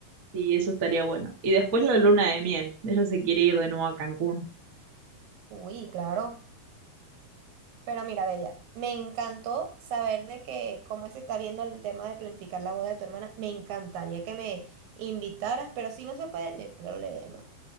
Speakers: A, on the right; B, on the right.
A: Sí, eso estaría bueno. Y después la luna de miel. Ella se quiere ir de nuevo a Cancún.
B: Uy, claro. Pero mira, Bella, me encantó saber de que cómo se está viendo el tema de planificar la boda de tu hermana. Me encantaría que me invitaras, pero si no se puede, no hay problema.